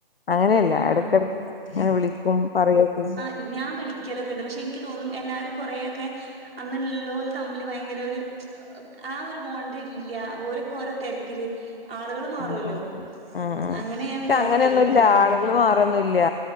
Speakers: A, on the left; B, on the right.
A: അങ്ങനെയല്ല
B: ആഹ്
A: ഇടക്കിടക്ക്ങ്ങനെ അങ്ങനെ വിളിക്കും പറയൊക്കെച്
B: ഉം ഞാൻ വിളിക്കലൊക്കെണ്ട് പക്ഷേ എനിക്ക് തോന്നും എല്ലാരും കുറേയൊക്കെ അന്ന്ള്ളോല് തമ്മില് ഭയങ്കര ഒര് ജ് ആ ഒരു ബോണ്ട് ഇല്ല്യ ഓരോക്കോരോ തിരക്കില് ആളുകൾ മാറുവല്ലോ
A: ഉം ഉം ഉം ഉം ഉം
B: അങ്ങനെ ഞാൻ
A: ക്ഷെ
B: വിചാരിക്കലുണ്ട്
A: അങ്ങനെയൊന്നുല്ല
B: സത്യം
A: ആളുകൾ
B: പറഞ്ഞ
A: മാറൊന്നുല്ല